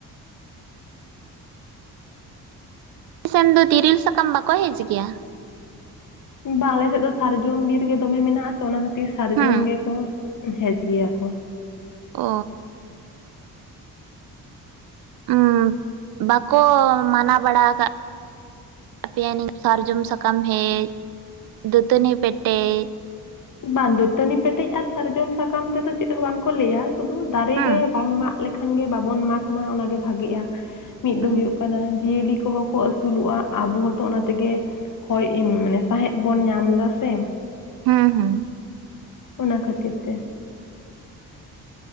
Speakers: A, on the right (about 75°); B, on the left (about 60°).
A: ᱥᱮᱱ ᱫᱚ ᱛᱤᱨᱤᱞ ᱥᱟᱠᱟᱢ ᱵᱟᱠᱚ ᱦᱮᱡ ᱜᱮᱭᱟ?
B: ᱵᱟᱝ, ᱟᱞᱮ ᱥᱮᱫ ᱫᱚ ᱥᱟᱨᱡᱚᱢ ᱵᱤᱨ ᱜᱮ ᱫᱚᱢᱮ ᱢᱮᱱᱟᱜᱼᱟ ᱛᱚ᱾ ᱚᱱᱟ ᱠᱷᱟᱹᱛᱤᱨ ᱥᱟᱨᱡᱚᱢ
A: ᱦᱩᱸ
B: ᱜᱮᱠᱚ ᱦᱮᱡ ᱜᱮᱭᱟ ᱠᱚ᱾
A: ᱚ <unintelligible> ᱵᱟᱠᱚ ᱢᱟᱱᱟ ᱵᱟᱲᱟ ᱠᱟᱜ <unintelligible> ᱥᱟᱨᱡᱚᱢ ᱥᱟᱠᱟᱢ ᱦᱮᱡ, ᱫᱟᱹᱛᱟᱹᱱᱤ ᱯᱮᱴᱮᱡ᱾
B: ᱵᱟᱝ, ᱫᱟᱹᱛᱟᱹᱱᱤ ᱯᱮᱴᱮᱡ ᱟᱨ ᱥᱟᱨᱡᱚᱢ ᱥᱟᱠᱟᱢ ᱛᱮᱫᱚ ᱪᱮᱫ ᱦᱚᱸ ᱵᱟᱝ ᱠᱚ ᱞᱟᱹᱭᱼᱟ ᱾ ᱥᱩᱫᱩ ᱫᱟᱨᱮ
A: ᱦᱩᱸ
B: ᱜᱮ ᱵᱟᱝ ᱢᱟᱜ ᱞᱮᱠᱷᱟᱱ ᱜᱮ ᱵᱟᱵᱚᱱ ᱢᱟᱜᱽ ᱢᱟ ᱚᱱᱟᱜ ᱜᱮ ᱵᱷᱟᱜᱮᱜᱼᱟ᱾ ᱢᱤᱫ
A: ᱦᱩᱸ
B: ᱫᱚ ᱦᱩᱭᱩᱜ ᱠᱟᱱᱟ ᱡᱤᱭᱟᱹᱞᱤ ᱠᱚᱦᱚᱸ ᱠᱚ ᱟᱹᱥᱩ ᱟᱹᱥᱩᱞᱚᱜᱼᱟ ᱾ ᱟᱵᱚ ᱦᱚᱸᱛᱚ ᱚᱱᱟ ᱛᱮᱜᱮ ᱦᱚᱭ ᱢᱟᱱᱮ ᱥᱟᱸᱦᱮᱫ ᱵᱚᱱ ᱧᱟᱢ ᱫᱟ ᱥᱮ᱾
A: ᱦᱩᱸ ᱦᱩᱸ
B: ᱚᱱᱟ ᱠᱷᱟᱹᱛᱤᱨ ᱛᱮ᱾